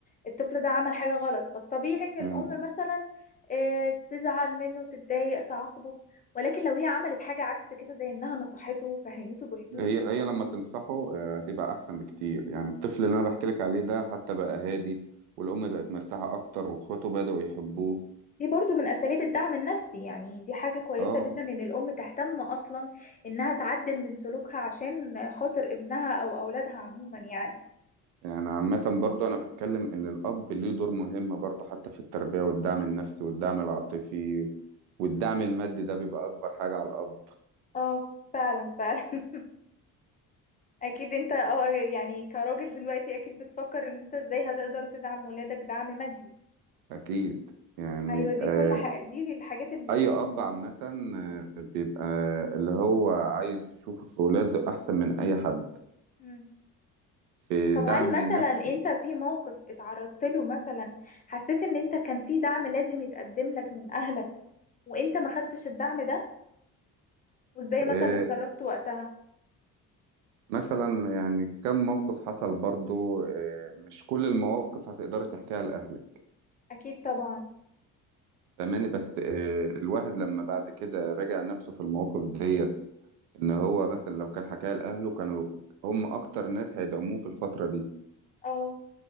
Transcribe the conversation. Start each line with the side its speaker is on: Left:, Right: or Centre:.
Left: الطفل ده عمل حاجه غلط فالطبيعي ان
Right: م.
Left: الام مثلا آه، تزعل منه تتضايق تعاقبه ولكن لو هي عملت حاجه عكس كده زي انها نصحته وفهمته بهدوء
Right: هي هي لما تنصحه آه، هتبقى أحسن بكتير يعني الطفل اللي أنا بحكي لك عليه ده حتى بقى هادي والأم بقت مرتاحة أكتر وإخواته بدأوا يحبوه
Left: دي برضو من أساليب الدعم النفسي يعني دي حاجة كويسة
Right: اه
Left: جدا إن الأم تهتم أصلا إنها تعدل من سلوكها عشان خاطر ابنها أو أولادها عموما يعني
Right: يعني عامة برضه أنا بتكلم إن الأب ليه دور مهم برضه حتى في التربية والدعم النفسي والدعم العاطفي والدعم المادي ده بيبقى أكبر حاجة على الأب
Left: اه فعلا فعلا <laughs> أكيد أنت اه يعني كراجل دلوقتي أكيد بتفكر إن أنت إزاي هتقدر تدعم ولادك دعم مادي
Right: أكيد يعني
Left: أيوة دي
Right: آه
Left: كل حاجة دي الحاجات اللي
Right: أي أب عامة آه، بيبقى اللي هو عايز يشوفه في ولاده أحسن من أي حد
Left: مم.
Right: في
Left: طب
Right: دعم
Left: هل
Right: نفسي
Left: مثلا أنت في موقف اتعرضت له مثلا حسيت إن أنت كان في دعم لازم يتقدم لك من أهلك وأنت ما خدتش الدعم ده وازاي مثلا
Right: آه
Left: اتصرفت وقتها
Right: مثلا يعني كم موقف حصل برضه آه مش كل المواقف هتقدري تحكيها لأهلك
Left: اكيد طبعا
Right: فاهماني بس آه، الواحد لما بعد كده راجع نفسه في المواقف دي ان هو مثلا لو كان حكاها لاهله كانوا هم اكتر ناس هيدعموه في الفتره دي
Left: اه